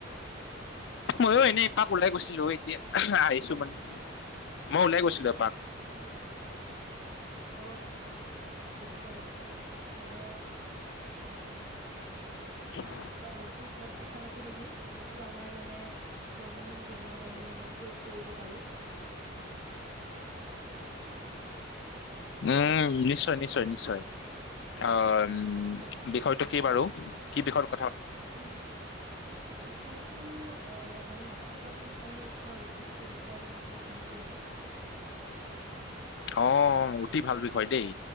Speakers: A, on the left (about 60°); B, on the right (about 70°).
A: ময়ো
B: তোমাৰ
A: এনেই
B: মাত
A: এপাক ওলাই গৈছিলো এ এতিয়া আহিছো মানে মই ওলাই গৈছিলো এপাক
B: অ অ আচ্ছা আচ্ছা মানে
A: হয় <inaudible>
B: আজিৰ ঘৰত কথা পাতো নেকি যিটো আমাৰ মানে দৈনন্দিন জীৱনত আমি মানে কৰিব পাৰো
A: উম নিশ্চয় নিশ্চয় নিশ্চয় অ উম
B: হয়।
A: বিষয়টো কি বাৰু কি পেশৰ <unintelligible>
B: অ বিষয়টো অ মানে ৰাতিপুৱা সোনকালে উঠা অভ্যাসটোৰ বিষয়ে আমি কথা পাতো নেকি আজি
A: অ অতি ভাল বিষয় দেই